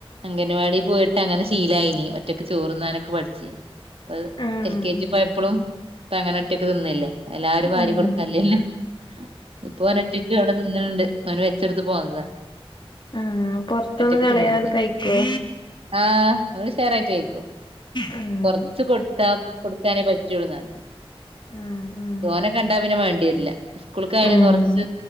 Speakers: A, on the right; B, on the left.
A: അംഗൻവാടി പോയിട്ട് അങ്ങനെ ശീലായിനി ഒറ്റക്ക് ചോറുണ്ണാനൊക്കെ പഠിച്ചിനി ഇപ്പൊ
B: ആഹ്
A: എൽ കെ ജി പോയപ്പളും ഇപ്പ അങ്ങനെ ഒറ്റക്ക് തിന്നല്ലേ എല്ലാരും വാരി
B: ആഹ്
A: കൊട് ക്കല്ലല്ലൊ. ഇപ്പൊ ഓന് ഒറ്റക്ക് അവിടെ തിന്ന്ണ് ണ്ട്. ഓന് വെച്ചു കൊടുത്തിട്ട് പോന്നതാ
B: ഉം പൊറത്തൊന്നും
A: ഒറ്റക്ക്
B: കളയാതെ
A: തിന്നട്ടെ
B: കഴിക്കോ
A: ആഹ് ഓന് ഉഷാറായിട്ട് കയിക്കും.
B: ഉം
A: കൊറച്ച് കൊടുത്താ കൊടുക്കാനേ പറ്റൊള്ളൂന്നറിം
B: ഉം ഉം
A: തോനെ കണ്ടാ പിന്നെ മാണ്ടിയര്ല്ല സ്കൂൾക്കായാലും
B: ഉം
A: കൊറച്ച്